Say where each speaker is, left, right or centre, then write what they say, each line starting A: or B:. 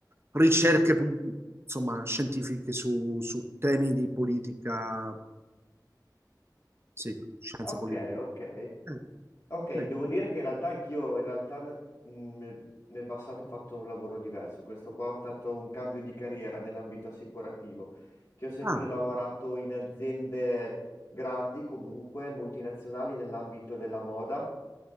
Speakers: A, on the right (about 35°); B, on the left (about 50°).
A: ricerche, pub- insomma, scientifiche su, su temi di politica, sì, scienze
B: Ok,
A: politiche.
B: ok.
A: Eh,
B: Ok,
A: sì.
B: devo dire che in realtà anch'io, in realtà mm, nel nel passato ho fatto un lavoro diverso. Questo qua è stato un cambio di carriera nell'ambito assicurativo, che ho sempre
A: Ah,
B: lavorato in aziende grandi, comunque multinazionali nell'ambito della moda,